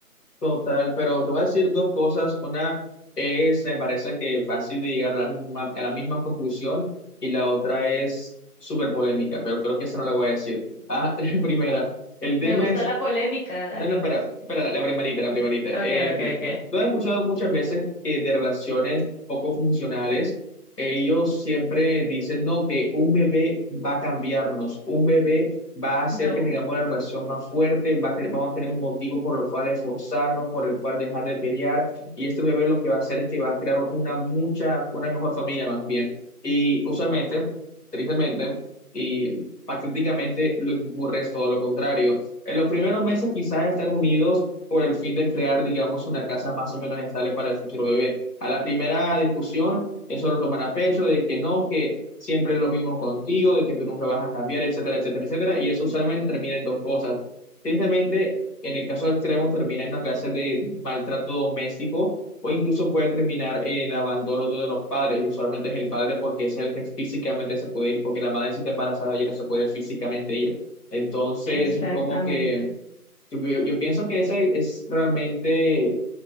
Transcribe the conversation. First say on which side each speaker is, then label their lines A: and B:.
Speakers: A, on the left; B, on the left.
A: Total, pero te voy a decir dos cosas. Una es, me parece que fácil de llegar a la misma, a la misma conclusión y la otra es súper polémica, pero creo que esa no la voy a decir. Ah, <laughs> primera, el tema
B: Me gusta
A: es
B: la polémica, dale.
A: no, no, pero, pero la, la primerita, la primerita.
B: Okay,
A: Eh,
B: okay, okay.
A: lo he escuchado muchas veces que de relaciones poco funcionales, ellos siempre dicen, no, que un bebé va a cambiarnos, un bebé va a hacer
B: No,
A: que tengamos la relación más fuerte, va a tener- vamos a tener un motivo por lo cual esforzarnos, por el cual dejar de pelear, y este bebé lo que va a hacer es que va a crear una mucha, una mejor familia más bien. Y usualmente, tristemente, y patéticamente, lo que ocurre es todo lo contrario en los primeros meses quizás están unidos por el fin de crear, digamos, una casa más o menos estable para el futuro bebé. A la primera discusión, eso lo toman a pecho, de que no, que siempre es lo mismo contigo, de que tú nunca vas a cambiar, etcétera, etcétera, etcétera. Y eso usualmente termina en dos cosas. Tristemente, en el caso extremo, termina en una clase de maltrato doméstico o incluso puede terminar en el abandono de uno de los padres. Usualmente es el padre porque es el que físicamente se puede ir, porque la madre si está embarazada ya no se puede físicamente ir. Entonces,
B: exactamente.
A: es como que yo, yo- yo pienso que ese es realmente,